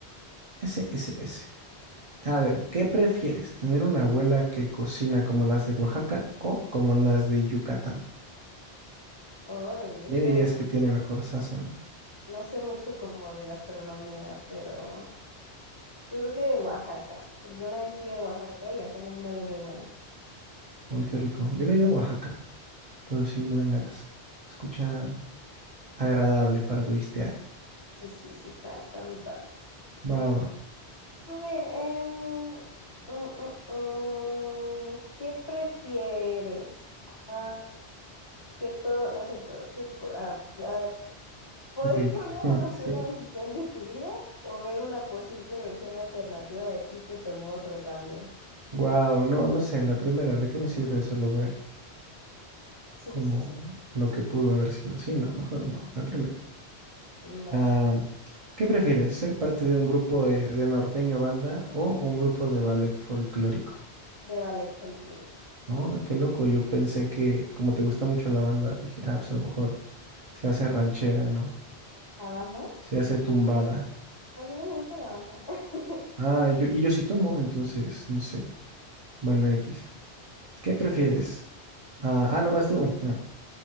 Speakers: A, on the right; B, on the left.
A: ese, ese, ese. A ver, ¿qué prefieres? ¿Tener una abuela que cocina como las de Oaxaca o como las de Yucatán?
B: Ay,
A: ¿Quién
B: es que
A: dirías que tiene mejor sazón?
B: no sé mucho como de gastronomía, pero yo creo que de Oaxaca, porque una vez fui a Oaxaca y hacían un mole muy bueno.
A: Uy, qué rico. Yo no he ido a Oaxaca, pero sí me dan ganas. Escucha agradable para turistear.
B: Sí, sí, sí, está, está muy padre.
A: Va, va, va.
B: A ver, em, mm, mm, mm, ¿qué prefieres? Ah, que todo, no es cierto, que po- ah, ah, poder
A: Ok.
B: <laughs>
A: <laughs>
B: cambiar una
A: Sí.
B: sola decisión de tu vida o ver una posible versión alternativa de ti que tomó otro cambio.
A: Wow, no, no sé, la primera, ¿de qué me sirve solo ver?
B: Sí,
A: como
B: sí, sí.
A: lo que pudo haber sido. Sí, no, mejor no, la primera.
B: mm, Va,
A: Ah, ¿qué prefieres, ser parte de un grupo de, de norteño banda o un grupo de ballet folclórico?
B: de ballet folclórico.
A: Oh, qué loco, yo pensé que como te gusta mucho la banda, dije, ah, pues a lo mejor se hace ranchera, ¿no?
B: ¿La banda?
A: Se hace tumbada.
B: A mí no me gusta la banda. <laughs>
A: Ah, yo, y yo sí tomo, entonces, no sé. Bueno, X. ¿Qué prefieres? Ah, ah, no vas tú. Ah,